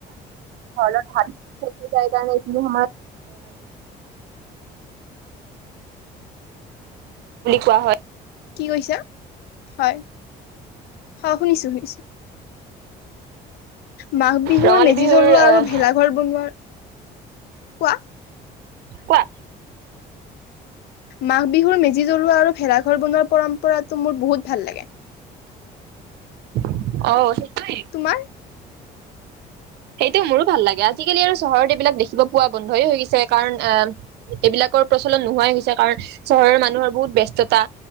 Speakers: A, on the right; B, on the left.
A: হয় ধ্মিক <unintelligible> যায়গা নছিলিমাৰ বুলি কোৱা হয়।
B: কি কৈছা? হয়। অ শুনিছো শুনিছো। মাঘ বিহুৰ
A: ৰঙালী
B: মেজি জ্বলোৱা
A: আহ
B: আৰু ভেলাঘৰ বনোৱা! কোৱা?
A: কোৱা?
B: মাঘ বিহুৰ মেজি জ্বলোৱা আৰু ভেলা ঘৰ বনোৱা পৰম্প পৰাতো মোৰ বহুত ভাল লাগে।
A: অ। সেইটোৱে
B: তোমাৰ?
A: সেইটো মোৰো ভাল লাগে আজিকালি আৰু চহৰত এইবিলাক দেখিব পোৱা বন্ধইে হৈ গৈছে কাৰণ আহ এইবিলাকৰ প্ৰচলন নোহোৱাই হৈছে কাৰণ চহৰৰ মানুহৰ বহুত ব্যস্ততা